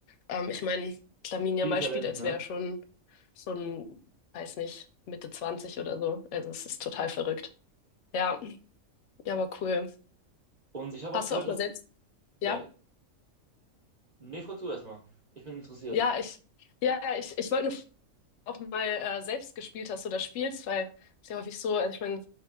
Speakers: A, on the left; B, on the right.
A: Ähm, ich meine, Lamine
B: Viel
A: Yamal
B: Talent,
A: spielt, als
B: ne?
A: wäre er schon so ein, weiß nicht, Mitte 20 oder so. Also es ist total verrückt. Ja. Ja, aber cool.
B: Und ich habe
A: Hast
B: auch gehört,
A: du auch
B: dass.
A: mal selbst?
B: Ja,
A: Ja,
B: nee, frag du erstmal. Ich bin interessiert.
A: ja, ich, ja, ich, ich wollte nur fragen, ob du auch mal äh, selbst gespielt hast oder spielst, weil es ist ja häufig so, also ich meine,